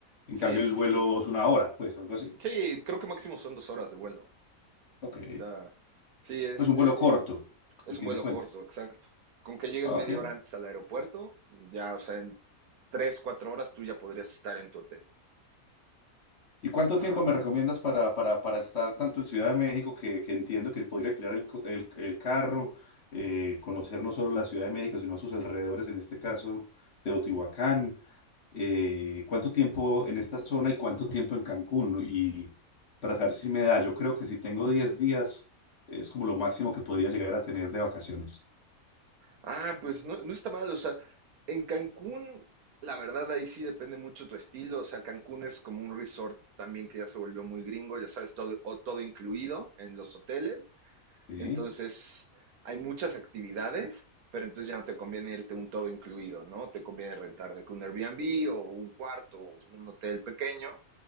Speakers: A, on the left; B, on the right.
A: En
B: sí,
A: cambio, el
B: sí,
A: vuelo
B: sí,
A: es una hora, pues, algo así.
B: sí, creo que máximo son dos horas de vuelo.
A: Ok.
B: O sea, sí, es,
A: Pues un
B: eh,
A: vuelo corto,
B: eh, es
A: al
B: un
A: fin
B: vuelo
A: de cuentas.
B: corto, exacto. Con que llegues
A: Ah,
B: media
A: Ok.
B: hora antes al aeropuerto, ya, o sea, en tres, cuatro horas tú ya podrías estar en tu hotel.
A: ¿Y cuánto
B: Ajá.
A: tiempo me recomiendas para, para, para estar tanto en Ciudad de México, que, que entiendo que podría alquilar el, co- el- el carro, eh, conocer no solo la Ciudad de México, sino sus alrededores, en este caso, Teotihuacán? eh, ¿cuánto tiempo en esta zona y cuánto tiempo en Cancún? ¿No? Y para saber si me da, yo creo que si tengo 10 días, es como lo máximo que podría llegar a tener de vacaciones.
B: Ah, pues no, no está mal, o sea, en Cancún, la verdad ahí sí depende mucho tu estilo, o sea, Cancún es como un resort también que ya se volvió muy gringo, ya sabes, todo, o todo incluido en los hoteles.
A: Sí.
B: Entonces, hay muchas actividades, pero entonces ya no te conviene irte un todo incluido, ¿no? Te conviene rentar de que un Airbnb o un cuarto o un hotel pequeño